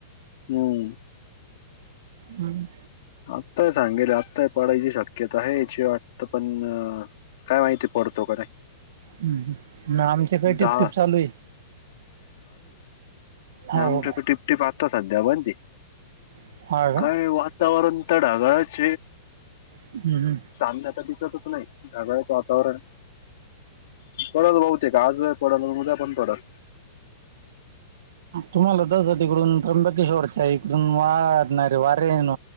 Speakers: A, on the left; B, on the right.
A: हम्म
B: हम्म
A: आत्ताय सांगेल आत्ताय पडायची शक्यता आहे याची वाट तर पण काय माहिती पडतो क नाही
B: हम् आमच्या काही टिपटिप
A: दहा
B: चालू आहे हो
A: आमच्याक टिप टीप आत सध्या बण ती
B: हा का
A: काय वा वातावरण तर ढागाळच
B: हम्म, हम्म.
A: साांना आता दिसतच नाही ढगाळ्याचं वातावरण बच बहते का आज पडलजा पण पडल
B: तुम्हाला तस तिकडून त्र्यंबकेश्वरच्या इकडून वाढणारे वारे हेन्